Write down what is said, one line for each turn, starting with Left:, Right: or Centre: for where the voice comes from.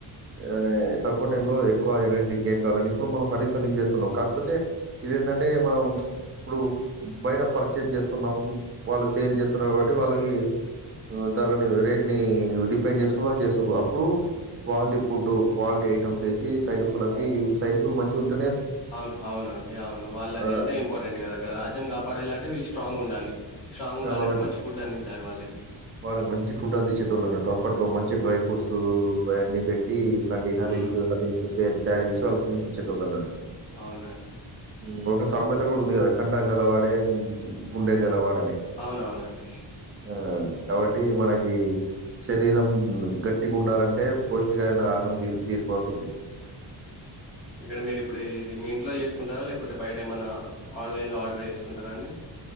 Right: ఆ తక్కువ టైం లో ఎక్కువ ఎనర్జీ గెయిన్ కావాలని ఇప్పుడు మనం హరీష్ అంత లీన్ చేస్తున్నాం కాకపోతే ఇదేంటంటే మనం ఇప్పుడు బైటప్ పర్చేస్ చేస్తున్నాము వాళ్ళు సేల్ చేస్తున్నారు కాబట్టి వాళ్ళకి ధరని రేట్ ని డిపెండ్ చేసు వాల్ చేస్ రు అప్పుడు
Left: ఓ-
Right: క్వాలిటి ఫుడ్ క్వాలిటీ ఐటమ్స్ వేసి సైనికులకి సైనికులు మంచి గున్
Left: అవును అవున అండి అవును వాళ్ళ
Right: ఆహ్,
Left: హెల్తే ఇంపార్టెంట్ కదా అక్కడ రాజ్యం కాపాడేలాన్ అంటే వీళ్ళు స్ట్రాంగ్ ఉండాలి స్ట్రాంగ్
Right: లవలన్
Left: ఉండాలంటే మంచి ఫుడ్ అందించాలి వాళ్ళకి
Right: వాళ్ళకి మంచి ఫుడ్ అందించేటోళ్లు అన్నట్టు అప్పట్లో మంచి డ్రై ఫ్రూట్స్ ఉ బయఅన్ని పెట్టి ఇట్లాంటి హరీస్
Left: ఉమ్,
Right: హలీమ్స్ పేరు తయారు చేసి వాళ్ళకి తినిపించేటోళ్లు అన్నట్టు
Left: అవునండి
Right: ఉ ఒక సామెత కూడా ఉంది కదా కండ గలవాడే గుండె గలవాడని
Left: అవునవునండి
Right: ఆ కాబట్టి మనకి శరీరం గట్టిగా ఉండాలంటే పౌష్టికమైన ఆహరం తీ తీసుకోవాల్సిందే
Left: ఇక్కడ మీరు ఇప్పుడు ఇది మీ ఇంట్లో చేసుకుంటారా లేకపోతే బయట ఏమన్నా ఆన్లైన్లో ఆర్డర్ చేసుకుంటారా అండి